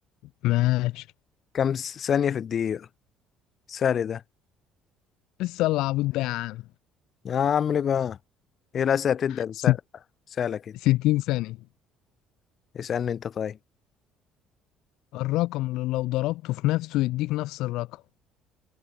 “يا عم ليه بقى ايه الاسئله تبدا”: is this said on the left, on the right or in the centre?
Left